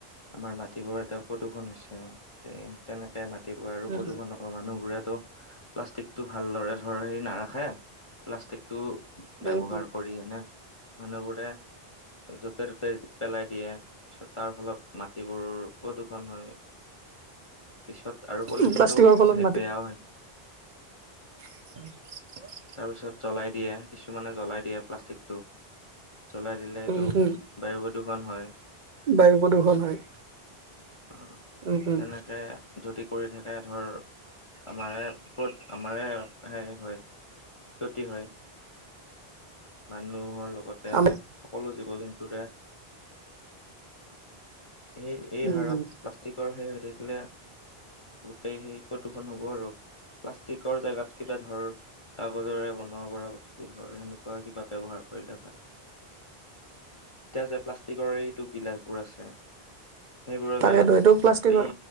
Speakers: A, on the left; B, on the right.
A: আমাৰ মাটিবোৰ এটা প্ৰদূৰ্ষন হৈছে এ তেনেকে মাটিবোৰ আৰু
B: উম
A: প্ৰদূৰন হব মানুহবোৰে প্লাষ্টিকটো ভালদ ধৰ হেৰি নাৰাখে প্লাষ্টিক টো
B: উম
A: ব্যৱহাৰ
B: উম
A: কৰি এনে মানুহবোৰে যতে ততে পেলাই দিয়ে। তাৰপিছত তাৰ ফলত মাটিবোৰ প্ৰদূ্ষণ হয়। পিছত আৰু পলিথিনটো
B: উম প্লাষ্টিকৰ ফলত
A: সেই বেয়াও হয় ন'।
B: উম
A: তাৰ পিছত জ্বলাই দিয়ে কিছুমানে জ্বলাই দিয়ে প্লাষ্টিকটো। চলাই দিলেটো
B: উম উম
A: বায়ু প্ৰদূষণ হয়।
B: বায়ু প্ৰদূষণ হয়
A: অ'
B: উম উম
A: তেনেকে যদি কৰি থাকে ধৰ আমাৰে ক'ত আমাৰে সেই হয়। ক্ষতি হয়। মানুহৰ লগতে
B: আমি
A: সকলো জীৱ জন্তুৰে এই -এই
B: উম
A: হাৰত
B: উম
A: প্লাষ্টিকৰ সেই হৈ থাকিলে গোটেই সেই প্ৰদূষণ হ'ব আৰু। প্লাষ্টিকৰ জেগাত কিবা ধৰ কাগজৰে বনাব পৰা বস্তু ধৰ সেনে কিবা ব্যৱহাৰ কৰিলে ভাল। এতিয়া যে প্লাষ্টিকৰ এইটো গিলাচ বোৰ আছে। সেইবোৰৰ
B: তাকেইেতো
A: জেগাত
B: এইটো প্লাষ্টিকৰ।
A: এই